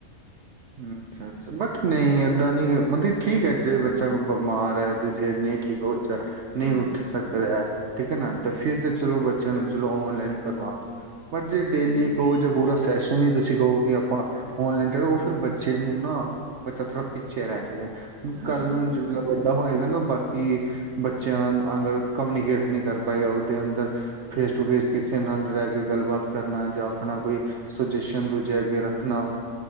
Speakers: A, on the right (about 60°); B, on the right (about 85°).
A: ਅੱਛਾ। ਅੱਛਾ, ਬਟ ਨਹੀਂ ਇੱਦਾਂ ਨਹੀਂ ਮਤਲਬ ਠੀਕ ਹੈ। ਜੇ ਬੱਚਾ ਕੋਈ ਬਿਮਾਰ ਹੈ। ਉਹਦੀ ਸਿਹਤ ਨਹੀਂ ਠੀਕ ਹੋ। ਨਹੀਂ
B: ਹੂੰ,
A: ਉੱਠ ਸਕ ਰਿਹਾ। ਠੀਕ ਹੈ ਨਾ ਤੇ ਫਿਰ ਤਾਂ ਚਲੋ ਬੱਚਿਆਂ ਨੂੰ ਚਲੋ ਔਨਲਾਈਨ ਕਰਵਾ ਦਿਓ। ਪਰ ਜੇ ਡੇਲੀ
B: ਹੂੰ,
A: ਕਹੋ ਜਾਂ ਪੂਰਾ ਸੈਸ਼ਨ ਹੀ ਤੁਸੀਂ ਕਹੋਗੇ ਆਪਾਂ ਔਨਲਾਈਨ। ਫਿਰ ਬੱਚੇ ਨੂੰ ਨਾ ਬੱਚਾ ਥੋੜਾ ਪਿੱਛੇ ਰਹਿ ਜਾਏਗਾ। ਕੱਲ
B: ਹਾਂ,
A: ਨੂੰ ਵੱਡਾ ਹੋਏਗਾ ਨਾ ਬਾਕੀ ਬੱਚਿਆਂ ਅਗਰ ਕਮਿਊਨੀਕੇਟ ਨਹੀਂ ਕਰ ਪਾਏਗਾ। ਉਹਦੇ ਅੰਦਰ ਫੇਸ ਟੂ ਫੇਸ ਕਿਸੇ ਨਾਲ ਰਹਿ ਕੇ ਗੱਲਬਾਤ ਕਰਨਾ ਜਾਂ ਆਪਣਾ। ਕੋਈ ਸੁਜੈਸ਼ਨ ਦੂਜੇ ਅੱਗੇ ਰੱਖਣਾ।